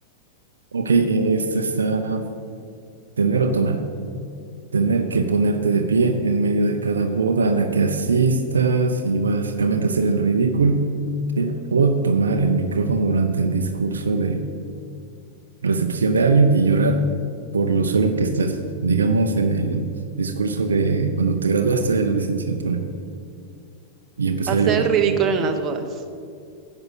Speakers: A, on the right; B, on the right.
A: Ok, eh, este está tener o tomar. tener que ponerte de pie en medio de cada boda a la que asistas y básicamente hacer el ridículo, ¿sí? O tomar el micrófono durante el discurso de recepción de alguien y llorar por lo solo que estás, digamos, en el discurso de cuando te graduaste de la licenciatura y empezar
B: Hacer
A: a llorar.
B: el ridículo en las bodas.